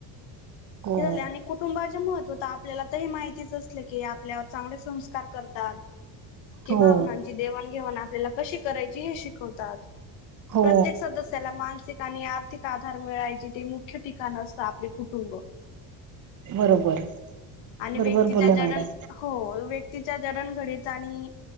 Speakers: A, on the right; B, on the left.
A: हो
B: हे झाले आणि कुटुंबाच्या महत्त्व तर आपल्याला तर हे माहितीच असलं की आपल्यावर चांगले संस्कार करतात. कि
A: हो
B: भावनांची देवाणघेवाण आपल्याला कशी करायची हे शिकवतात.
A: हो
B: प्रत्येक सदस्याला मानसिक आणि आर्थिक आधार मिळाय. जिथे मुख्य ठिकाण असतं आपले कुटुंब.
A: बरोबर.
B: आणि व्यक्तीच्या
A: बरोबर बोलले
B: जडण,
A: मॅडम
B: हो व्यक्ती च्या जडण घडीत आणि